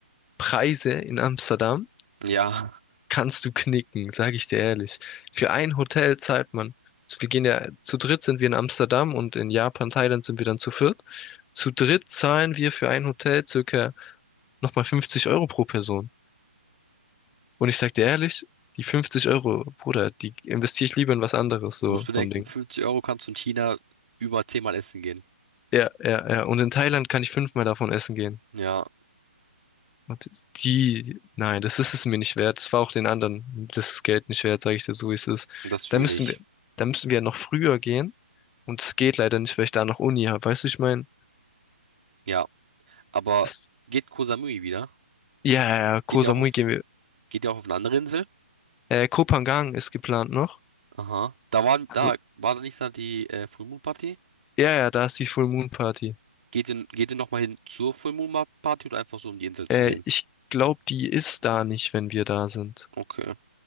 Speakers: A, in the centre; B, on the right.
A: Preise in Amsterdam
B: Ja,
A: kannst du knicken, sage ich dir ehrlich. Für ein Hotel zahlt man, wir gehen ja, zu dritt sind wir in Amsterdam und in Japan, Thailand sind wir dann zu viert. Zu dritt zahlen wir für ein Hotel circa nochmal 50 Euro pro Person. Und ich sag dir ehrlich, die 50 Euro, Bruder, die investiere ich lieber in was anderes, so
B: du musst bedenken,
A: vom Ding.
B: 50 Euro kannst du in China über 10 Mal essen gehen.
A: Ja, ja, ja. Und in Thailand kann ich fünfmal davon essen gehen.
B: Ja,
A: Und die, nein, das ist es mir nicht wert. Das war auch den anderen das Geld nicht wert, sage ich dir so, wie es ist.
B: das fühle
A: Da müssen
B: ich.
A: wir, da müssen wir ja noch früher gehen. Und es geht leider nicht, weil ich da noch Uni habe. Weißt du, ich meine,
B: Ja, aber
A: das,
B: geht Koh Samui wieder?
A: ja, ja, ja, Koh
B: Geht ihr
A: Samui
B: auch auf,
A: gehen wir.
B: geht ihr auch auf eine andere Insel?
A: Äh, Koh Phangan ist geplant noch.
B: Aha. Da waren,
A: Also,
B: da war da nicht da die äh, Full Moon Party?
A: ja, ja, da ist die Full Moon Party.
B: Geht ihr, geht ihr nochmal hin zur Full Moon Ma- Party oder einfach so, um die Insel zu
A: Äh,
B: sehen?
A: ich glaube, die ist da nicht, wenn wir da sind.
B: Okay.